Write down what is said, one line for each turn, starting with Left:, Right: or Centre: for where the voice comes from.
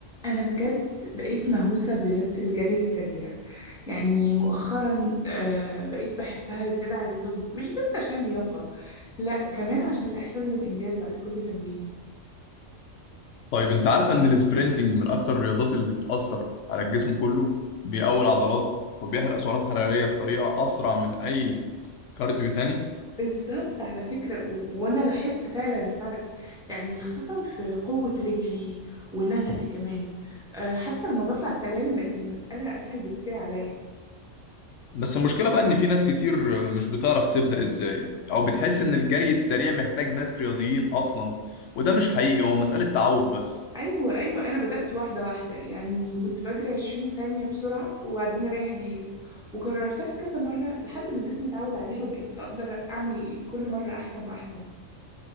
Centre: أنا بجد بقيت مهووسة برياضة الجري السريع يعني مؤخرا آه، بقيت بحبها زيادة عن اللزوم مش بس عشان لياقة لا كمان عشان الإحساس بالإنجاز بعد كل تمرين
Left: طيب انت عارف ان السبرنتنج من اكتر الرياضات اللي بتأثر على الجسم كله بيقوي العضلات وبيحرق سعرات حرارية بطريقة اسرع من اي كارديو تاني
Centre: بالظبط على فكرة و... وأنا لاحظت فعلا الفرق يعني خصوصا في قوة رجلي ونفسي كمان آه، حتى لما بطلع سلالم بقت المسألة أسهل بكتير عليا
Left: بس المشكلة بقى ان في ناس كتير مش بتعرف تبدأ ازاي او بتحس ان الجري السريع محتاج ناس رياضيين اصلا وده مش حقيقي هو مسألة تعود بس
Centre: ايوه ايوه انا بدأت واحده واحده يعني كنت بجري 20 ثانيه بسرعه وبعدين اريح دقيقه وكررتها كذا مره لحد ما جسمي اتعود عليها وبقيت اقدر اعمل كل مره احسن واحسن